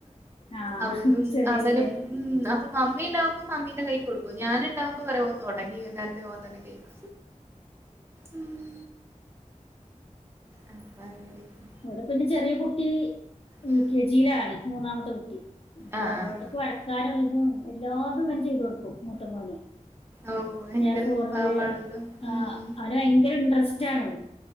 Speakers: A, on the left; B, on the right.
A: ആഹ്
B: അവനും
A: ചെറിയ
B: അവനും
A: കുട്ടിയ
B: ഉം അപ്പൊ മമ്മിണ്ടാവും ഇപ്പൊ മമ്മിന്റെ കൈ കൊടുക്കും ഞാന് ഇണ്ടാവുമ്പോ <unintelligible> തൊടങ്ങി നേരത്തെ ഓൻ തന്നെ കൈകും ഉം അപ്പ അങ്ങനെക്കെ
A: ഇവിടെ പിന്നെ ചെറിയ കുട്ടി
B: ഉം
A: യു കെ ജിയിലാണ് മൂന്നാമത്തെ കുട്ടി അപ്പൊ
B: ആഹ്
A: അവൾക്ക്
B: ആഹ് ആഹ്
A: വരക്കാനുള്ളതും എല്ലാതും ഇവൻ ചെയ്ത് കൊടുക്കും മൂത്ത മോന്
B: ഓ ഭയങ്കര
A: എ ഫോറില്
B: പാവാണല്ലോ
A: ആ
B: ഉം
A: അവന് ഭയങ്കര ഇന്ട്രസ്റ്റ് ആണ്